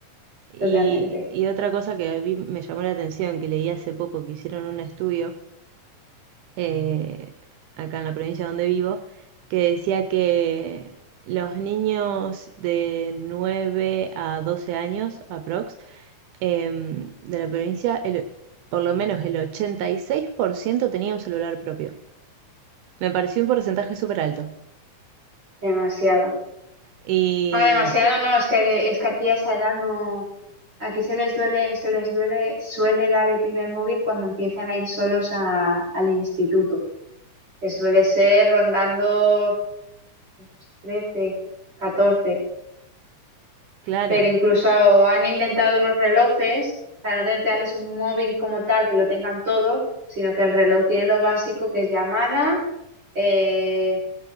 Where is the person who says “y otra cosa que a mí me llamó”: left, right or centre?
Right